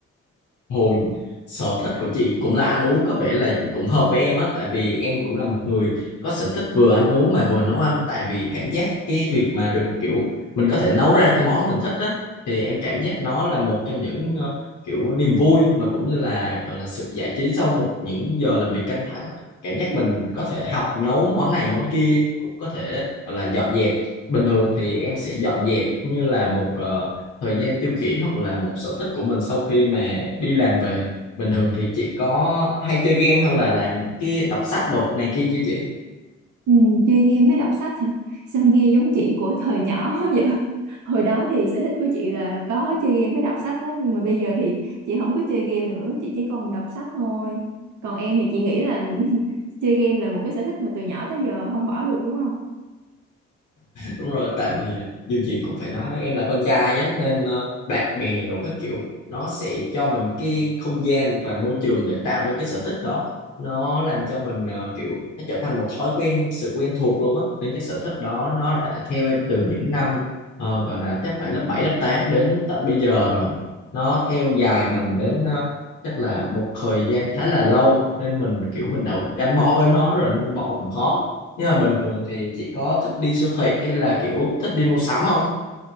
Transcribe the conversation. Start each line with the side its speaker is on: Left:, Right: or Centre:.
Left: Hồi sở thích của chị cũng là ăn uống có vẻ là cũng hợp với em á tại vì em cũng là một người có sở thích vừa ăn uống mà vừa nấu ăn tại vì cảm giác cái việc mà được kiểu mình có thể nấu ra cái món mình thích á thì em cảm giác nó là một trong những ờ, kiểu niềm vui mà cũng như là gọi là sự giải trí sau một những giờ làm việc căng thẳng cảm giác mình có thể học nấu món này món kia cũng có thể gọi là dọn dẹp bình thường thì em sẽ dọn dẹp như là một ờ, thời gian tiêu khiển hoặc là một sở thích của mình sau khi mà đi làm về bình thường thì chị có hay chơi game hay là làm những cái đọc sách đột này kia chưa chị
Right: Ừ, chơi game mới đọc sách hả? Sao nghe giống chị của thời nhỏ <laughs> vậy? Hồi đó thì sở thích của chị là có chơi game với đọc sách á, nhưng mà bây giờ thì chị không có chơi game nữa, chị chỉ còn đọc sách thôi. Còn em thì chị nghĩ là <laughs> chơi game là một cái sở thích mà từ nhỏ tới giờ không bỏ được đúng không?
Left: đúng rồi tại vì dù gì cũng phải nói em là con trai á nên ờ, bạn bè đồ các kiểu nó sẽ cho mình cái không gian và môi trường để tạo ra cái sở thích đó nó làm cho mình ờ, kiểu nó trở thành một thói quen sự quen thuộc luôn á nên cái sở thích đó nó đã theo em từ những năm ờ, gọi là chắc phải lớp 7, lớp 8 đến tận bây giờ rồi nó theo dài mình đến ờ, chắc là một thời gian khá là lâu nên mình kiểu mình đã gắn bó với nó rồi nên bỏ cũng khó nhưng mà bình thường thì chị có thích đi siêu thị hay là kiểu thích đi mua sắm không?